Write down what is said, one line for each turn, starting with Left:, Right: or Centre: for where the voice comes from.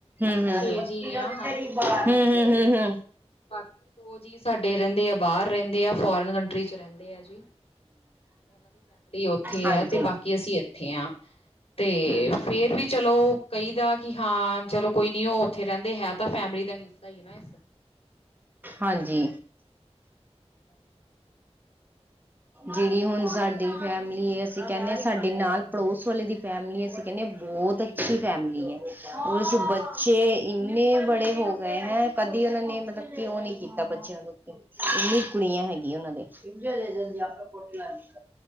Left: ਅਸੀਂ
Right: ਹੂੰ
Left: ਛੇ
Right: ਹੂੰ ਹੂੰ
Left: ਜੀ ਹਾਂ ਹਾਂਜੀ ਫੈਮਲੀ ਵਿੱਚ
Right: ਹੂੰ
Left: ਤੇ
Right: ਹੂੰ ਹੂੰ
Left: ਬਾਕੀ ਦੋ ਜੀ ਸਾਡੇ ਰਹਿੰਦੇ ਆ ਬਾਹਰ ਰਹਿੰਦੇ ਆ ਫੋਰਨ ਕੰਟਰੀ ਚ ਰਹਿੰਦੇ ਆ ਜੀ। ਉਹਨਾਂ ਦੀ ਫੈਮਿਲੀ ਉੱਥੇ
Right: ਹਾਂਜੀ
Left: ਐ, ਤੇ ਬਾਕੀ ਅਸੀਂ ਇੱਥੇ ਆ। ਤੇ
Right: ਹੂੰ ਹੂੰ ਹੂੰ
Left: ਫੇਰ ਵੀ ਚਲੋ ਕਈ ਦਾ ਕਿ ਹਾਂ ਚਲੋ ਕੋਈ ਨੀ ਉਹ ਉੱਥੇ ਰਹਿੰਦੇ ਹੈ। ਤਾਂ ਫੈਮਿਲੀ ਦਾ ਹਿੱਸਾ ਹੀ ਨਾ ਇਸ।
Right: ਹਾਂਜੀ।
Left: ਹਾਂਜੀ ਹਾਂਜੀ।
Right: ਜਿਹੜੀ ਹੁਣ ਸਾਡੀ ਫੈਮਿਲੀ ਏ ਅਸੀਂ ਕਹਿੰਦੇ ਹਾਂ, ਸਾਡੇ ਨਾਲ ਪੜੋਸ ਵਾਲੇ ਦੀ ਫੈਮਿਲੀ ਅਸੀਂ ਕਹਿਣੇ ਬਹੁਤ ਅੱਛੀ ਫੈਮਲੀ ਐ, ਉਸ ਬੱਚੇ ਇੰਨੇ ਵੜੇ ਹੋ ਗਏ ਹੈ ਕਦ ਕਦੀ ਉਹਨਾਂ ਨੇ ਮਤਲਬ ਕਿ ਉਹ ਨੀ ਕੀਤਾ ਬੱਚਿਆਂ ਦੇ ਉੱਤੇ ਇੰਨੀ ਕੁੜੀਆਂ ਹੈਗੀ ਉਹਣਾ ਦੇ। ਪੰਜ <unintelligible>